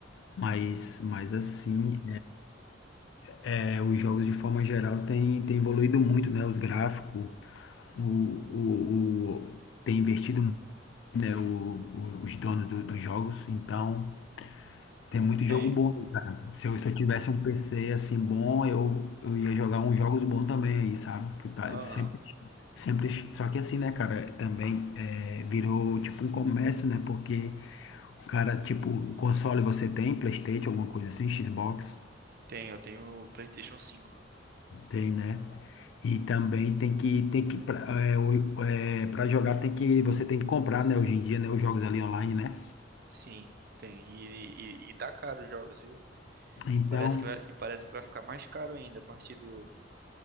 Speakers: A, on the left; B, on the right.
A: Mas, mas assim, é, os jogos de forma geral têm, têm evoluído muito, né, os gráficos, o, o, o- tem investido muito, né, o- o- os donos do- dos jogos, então tem muito jogo
B: Tem.
A: bom, cara. Se eu, se eu tivesse um PC assim bom, eu, eu ia jogar uns jogos bons também aí, sabe? Que tá
B: Aham.
A: sempre, sempre, só que assim, né, cara, também é, virou tipo um comércio, né? Porque o cara, tipo, o console você tem, PlayStation, alguma coisa assim, Xbox.
B: Tem, eu tenho o PlayStation cinco
A: Tem, né? E também tem que, tem que pra, é, o- é, pra jogar tem que, você tem que comprar, né? Hoje em dia, né? Os jogos ali online, né?
B: Sim, tem. E, e, e tá caro os jogos, viu?
A: Então,
B: E parece que vai, e parece que vai ficar mais caro ainda a partir do,